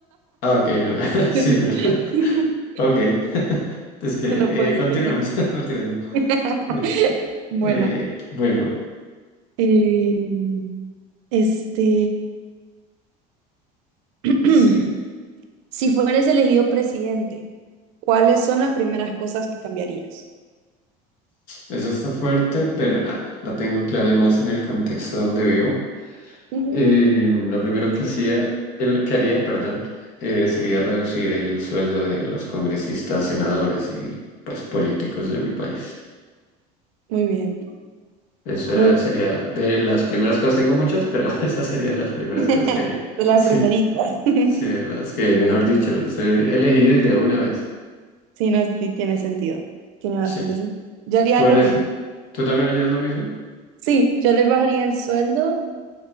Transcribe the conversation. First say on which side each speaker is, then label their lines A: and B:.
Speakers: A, on the left; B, on the right.
A: Ah, ok, no,
B: <laughs>
A: <laughs> sí, no. <laughs> Ok, <laughs> es que
B: No lo puedo
A: eh,
B: escoger.
A: continuemos, <laughs> retirando.
B: <laughs>
A: Eh,
B: Bueno,
A: eh, bueno,
B: Eh, este, <clears throat>
A: sí.
B: si fueres elegido presidente, ¿cuáles son las primeras cosas que cambiarías?
A: Eso está fuerte, pero nada, la tengo clara y más en el contexto donde vivo.
B: Ujú.
A: Eh, lo primero que hacía, el, que haría, perdón, eh, sería reducir el sueldo de los congresistas, senadores y pues políticos de mi país.
B: Muy bien,
A: Eso era-
B: muy
A: sería de las primeras cosas, tengo muchas, pero <laughs> esas serían las primeras
B: bien. <laughs>
A: cosas que haría.
B: De las
A: Sí,
B: primeritas. <laughs>
A: sí, de las que, mejor dicho, soy elegido y de una vez.
B: Sí, no, sí tiene sentido. Tiene bastante
A: Sí.
B: sentido. Yo haría
A: ¿Tú,
B: lo
A: en ese-
B: mismo.
A: ¿tú también harías lo mismo?
B: Sí, yo le bajaría el sueldo